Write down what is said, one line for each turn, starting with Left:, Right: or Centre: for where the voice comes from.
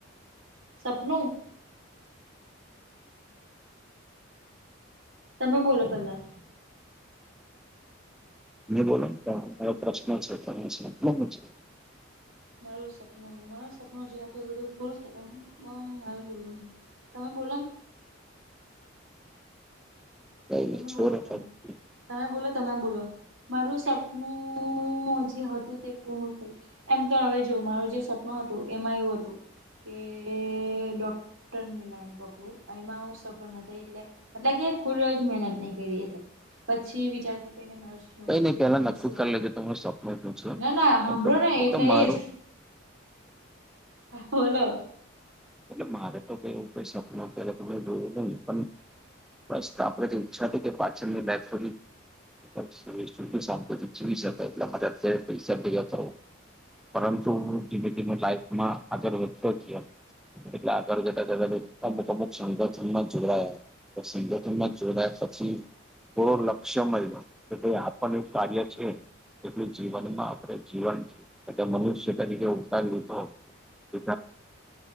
Right: સપનું તમે બોલો પેલા
Centre: બોલોન પ્રશ્ન છે <unintelligible>
Right: મારું સપનું માર સપનું જે તો એ બધું બલું છે એ મારે બોલવું નહીં તમે બોલો
Centre: કઈ
Right: તમે
Centre: નઈ છોડો
Right: બોલો
Centre: કઈ
Right: તમે તમે બોલો તમે બોલો મારું સપ નું હ જે હ તું પૂર્ણ થયું એમ તો હવે જો મારું જે સપનું હતું એમાં એવું હતું કે ડોક્ટર લાઈન પકડું એમાં હું સફળ ન થઈ એટલે એટલે કે ખુલ મહેનત નહી કરી એટલે પછી વિચાર કેને નર્સ <unintelligible>
Centre: નઈ
Right: જેથી
Centre: પેલા
Right: કરીને
Centre: નક્કી
Right: સેવા
Centre: કરી લેજો
Right: કરું
Centre: તમારું સપનું શું
Right: ના
Centre: છે
Right: ના સાંભળો
Centre: આમ તો
Right: ના એટલે
Centre: તો મારું
Right: એ જ બોલો
Centre: એટલે મારે તો કઈવું ક શક ન અત્યારે તો દોરું નહી પણ <unintelligible> બસ આપડે ઈચ્છા હતી કે પાછળ ની લાઈફ થોડી <unintelligible> અત્યારે પૈસા ભેગા કરો પરંતુ હું ધીમે ધીમે લાઈફ માં આગળ વધતા ગ્યા એટલે આગળ જતા જ અમુક અમુક સંગઠનમાં જોડાયા પછી સંગઠનમાં જોડાયા પછી થોડો લક્ષ્ય મયલો જ કે ભાઈ આપણને કાર્ય છે. એટલું જીવનમાં આપણે જીવન એટલે મનુષ્ય તરીકે ઉતાર્યું તો <unintelligible>